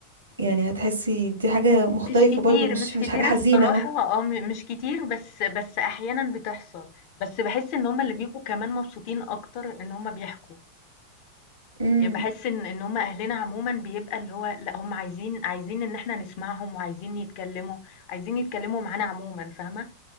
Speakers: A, on the right (about 75°); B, on the left (about 45°).
A: يعني هتحسي دي حاجه مختلفه
B: مش كتير،
A: برضو مش
B: مش
A: مش
B: كتير
A: حاجه حزينه
B: الصراحة
A: اهو
B: آه، م مش كتير بس بس أحيانًا بتحصل، بس باحس إن هُم اللي بيبقوا كمان مبسوطين أكتر إن هُم بيحكوا،
A: امم
B: يعني باحس إن إن هُم أهلنا عمومًا بيبقى اللي هو لأ هُم عايزين عايزين إن إحنا نسمعهم وعايزين يتكلّموا، عايزين يتكلّموا معانا عمومًا فاهمة؟